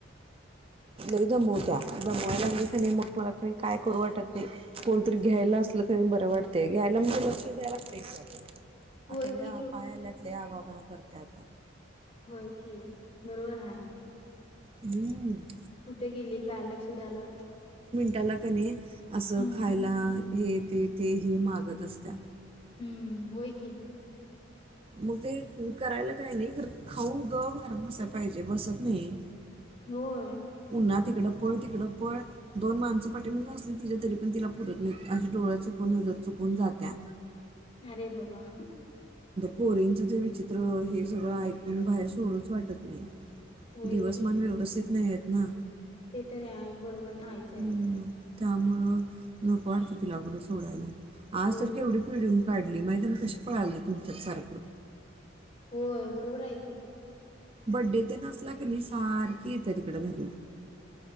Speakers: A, on the right; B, on the left.
A: लई दमोवत्या दमवायला लागली कानी मग मला काय करू वाटत नाही कोणतरी घ्यायला असलं किन बरं वाटतय घ्यायला म्हणजे लक्ष द्यायला लागतंय तिच्याकड
B: होय
A: आता या
B: की कु
A: पाय आल्यात लई आगाऊपणा करते आता
B: होय कि बरोबर हाय.
A: हम्म
B: कुठे गेली काय लक्ष द्यायला
A: त्याला कनी असं
B: हम्म
A: खायला हे ते तेही मागत असत्या.
B: हम्म होय कि.
A: मग ते करायला काही नाही खाऊन गप घरात बसायला पाहिजे बसत नाही.
B: होय.
A: पुन्हा तिकडं पळ तिकड पळ दोन माणसं पाठीमागणं असली तिच्या तरी पण तिला पुरत नाहीत अस डोळा चुकवून, नजर चुकवून जात्या
B: अरे बाबा
A: पोरींचं ते विचित्र हे सगळं ऐकून बाहेर सोडूच वाटत नाही.
B: होय
A: दिवसमान
B: की.
A: व्यवस्थित नाहीत. ना
B: ते तरी आहे बरोबर
A: <inaudible>
B: नाहीच आहेत.
A: त्यामुळं नको वाटतय तिला कुठं सोडायला. आज
B: होय
A: केवढी
B: की,
A: पडून काढली माहितीय न कशी पळाली तुमच्यांत सारखं.
B: होय बरोबर आहे की.
A: बड्डे ते नसला की नाही सारखे येते तिकड घरी.